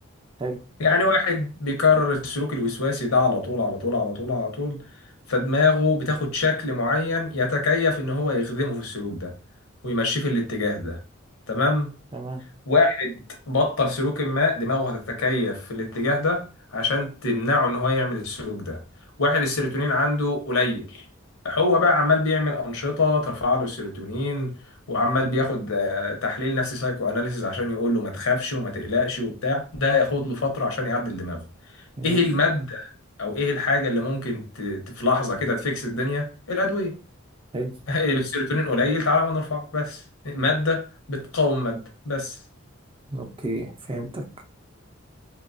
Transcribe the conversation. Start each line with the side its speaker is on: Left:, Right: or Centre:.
Right: حلو
Left: يعني واحد بيكرر السلوك الوسواسي ده على طول على طول على طول على طول فدماغه بتاخد شكل معين يتكيف ان هو يخدمه في السلوك ده ويمشيه في الاتجاه ده تمام
Right: تمام
Left: واحد بطل سلوك ما دماغه هتتكيف في الاتجاه ده عشان تمنعه ان هو يعمل السلوك ده واحد السيروتونين عنده قليل هو بقى عمال بيعمل أنشطة ترفع له السيروتونين وعمال بياخد آه، تحليل نفسي سايكو اناليسيز عشان يقول له ما تخافش وما تقلقش وبتاع ده هياخد له فترة عشان يعدل دماغه
Right: ماشي
Left: ايه المادة او ايه الحاجة اللي ممكن ت- ت- في لحظة كده تفكس الدنيا الأدوية
Right: حلو
Left: <laughs> السيروتونين قليل تعالى ما نرفعه بس مادة بتقاوم مادة بس
Right: أوكي فهمتك